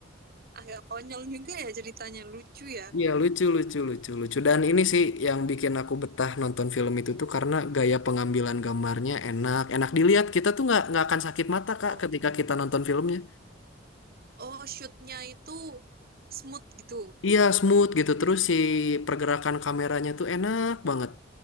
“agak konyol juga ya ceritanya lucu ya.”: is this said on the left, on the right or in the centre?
Right